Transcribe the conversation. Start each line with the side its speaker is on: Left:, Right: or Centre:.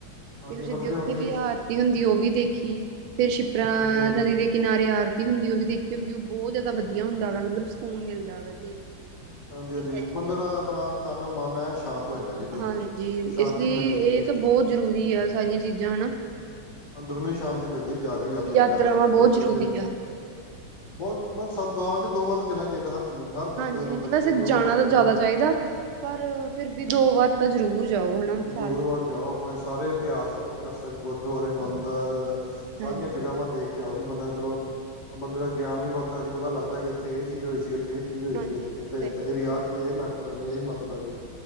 Left: ਹਾਂਜੀ
Right: ਫ ਜਿੱਦ
Left: ਵੱਖਰੀਆਂ
Right: ਉੱਥੇ
Left: ਵੱਖਰੀਆਂ
Right: ਵੀ ਆਰਤੀ ਹੁੰਦੀ ਉਹ ਵੀ ਦੇਖੀ ਫੇਰ ਸਿੱਪਰਾਂ
Left: ਹਾਂਜੀ ਹਾਂਜੀ
Right: ਨਦੀ ਦੇਖੀ। ਕਿਨਾਰੇ ਆਰਤੀ ਹੁੰਦੀ ਉਹ ਵੀ ਦੇਖੀ ਵਿਊ ਬਹੁਤ ਜ਼ਿਆਦਾ ਵਧੀਆ ਹੁੰਦਾ ਵਾ ਮਤਲਬ ਸਕੂਨ ਮਿਲਦਾ ਵ ਦੇਖ ਕੇ।
Left: ਹਾਂਜੀ ਹਾਂਜੀ
Right: ਇਹ ਸਾਰੀ
Left: ਬੰਦੇ
Right: ਚੀਜ਼ਾਂ
Left: ਦਾ ਆਪਣਾ ਤਨ ਮਨ ਹੈ ਸ਼ਾਂਤ ਹੋ ਜਾਂਦਾ ਜੀ ਬਿਲਕੁਲ
Right: ਹਾਂਜੀ
Left: ਸ਼ਾਂਤੀ
Right: ਇਸ ਲਈ
Left: ਮਿਲ ਜਾਂਦੀ
Right: ਇਹ
Left: ਜੀ।
Right: ਤਾਂ ਬਹੁਤ ਜ਼ਰੂਰੀ ਆ ਸਾਰੀਆਂ ਚੀਜ਼ਾਂ ਹੈਨਾ।
Left: ਅੰਦਰੂਨੀ ਸ਼ਾਂਤੀ ਮਿਲਦੀ ਜਾ ਕੇ ਯਾਤ
Right: ਯਾਤਰਾਵਾਂ
Left: ਯਾਤਰਾ ਕਰਨੀ
Right: ਬਹੁਤ
Left: ਕੋਈ
Right: ਜ਼ਰੂਰੀ
Left: ਵੀ ਯਤ।
Right: ਆ
Left: ਬਹੁਤ ਮ ਸਰਦਾਰ ਚ ਦੋ ਵਾਰ ਤਾਂ ਜਾਣਾ ਹਰ ਬੰਦੇ ਨੂ ਹਰ ਬੰਦੇ
Right: ਹਾਂਜੀ
Left: ਨੂੰ
Right: ਹਾਂਜੀ
Left: ਬੱਚੇ
Right: ਵੈਸੇ
Left: ਨੂੰ
Right: ਜਾਣਾ
Left: ਵੱਡੇ
Right: ਤਾਂ ਜ਼ਿਆਦਾ
Left: ਨੂੰ
Right: ਚਾਹੀਦਾ ਪਰ ਫਿਰ ਵੀ ਦੋ ਵਾਰ ਤਾਂ ਜ਼ਰੂਰ ਜਾਓ ਹਨਾ ਸਾਲ
Left: ਜ਼ੋਰਵਾਰ ਜਾਓ ਆਪਣੇ ਸਾਰੇ ਇਤਿਹਾਸ ਇਤਿਹਾਸਕ ਗੁਰਦੁਆਰੇ ਮੰਦਿਰ ਸਾਰੀਆਂ
Right: ਹਾਂਜੀ
Left: ਜਗ੍ਹਾਵਾਂ ਦੇਖ ਜਾਓ ਜੀ ਉਹ ਬੰਦੇ ਨੂੰ ਚਲੋ ਬੰਦੇ ਦਾ ਗਿਆਨ ਵੀ ਬਹੁਤ ਇੱਦਾਂ ਦੀ ਪਤਾ ਲੱਗਦਾ ਇੱਥੇ ਇਹ ਚੀਜ਼ ਹੋਈ ਸੀ ਇੱਥੇ ਇਹ ਚੀਜ਼ ਹੋਈ
Right: ਹਾਂਜੀ
Left: ਸੀ ਇਏ
Right: ਜੀ ਸਹੀ
Left: ਏਰੀ ਆਹ ਚ ਇਹ ਮੈਂ ਮਹਤਤਾ ਜੀ ਇਹ ਮਹੱਤਵਤਾ ਜੀ